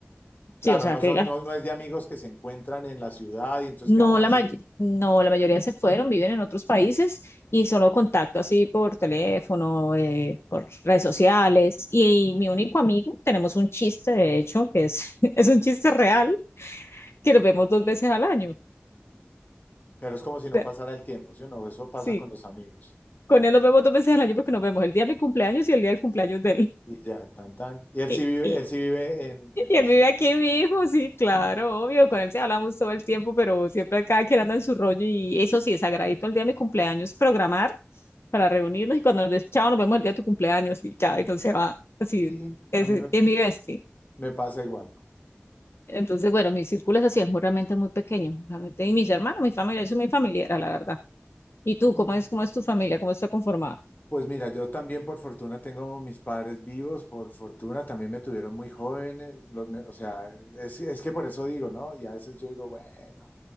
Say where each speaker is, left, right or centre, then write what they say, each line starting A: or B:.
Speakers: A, on the left (about 45°); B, on the left (about 75°).
A: Claro,
B: Sí, o sea,
A: no
B: que
A: son,
B: digas,
A: no, no es de amigos que se encuentran en la ciudad y entonces,
B: No,
A: ¿qué vamos
B: la
A: a hacer?
B: may- no, la mayoría se fueron, viven en otros países y solo contacto así por teléfono, eh, por redes sociales. Y, mi único amigo, tenemos un chiste, de hecho, que es, <laughs> es un chiste real, que nos vemos dos veces al año.
A: Pero es como
B: <laughs>
A: si no
B: O sea,
A: pasara el tiempo, ¿sí o no? Eso pasa
B: Sí,
A: con los amigos.
B: con él nos vemos dos veces al año porque nos vemos el día de mi cumpleaños y el día del cumpleaños de
A: Y ya, tan, tan. Y él
B: él.
A: sí vive,
B: <laughs>
A: él sí vive en,
B: <laughs> Y
A: en tu
B: él
A: ciudad.
B: vive aquí mismo, sí, claro, obvio, con él se hablamos todo el tiempo, pero siempre cada quien anda en su rollo y eso sí, es sagradito el día de mi cumpleaños programar para reunirnos y cuando nos des, chao, nos vemos el día de tu cumpleaños y chao, entonces va, así,
A: Sí,
B: ese
A: a mí me,
B: es mi bestia.
A: me pasa igual.
B: Entonces, bueno, mi círculo es así, es muy, realmente muy pequeño, realmente, y mis hermanos, mi familia, eso es muy familiar, la verdad. ¿Y tú,
A: Mm.
B: cómo es, cómo es tu familia, cómo está conformada?
A: Pues mira, yo también por fortuna tengo mis padres vivos, por fortuna también me tuvieron muy jóvenes, los me- o sea, es, es que por eso digo, ¿no? Y a veces yo digo, bueno,